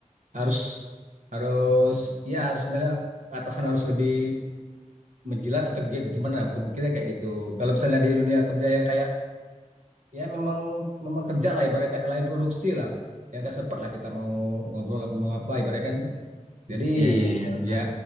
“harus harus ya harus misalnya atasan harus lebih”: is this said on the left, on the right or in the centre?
Right